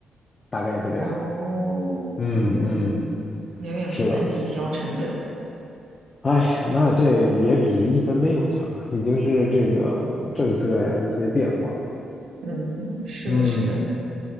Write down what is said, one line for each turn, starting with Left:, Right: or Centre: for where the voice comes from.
Left: 大概是这样。
Right: 哦，
Left: 嗯嗯，
Right: 嗯，远远不能抵消成本。
Left: 是的。哎，那这也比一分没有强啊，已经是这个政策呀一些变化。
Right: 嗯，是的，
Left: 嗯，
Right: 是的，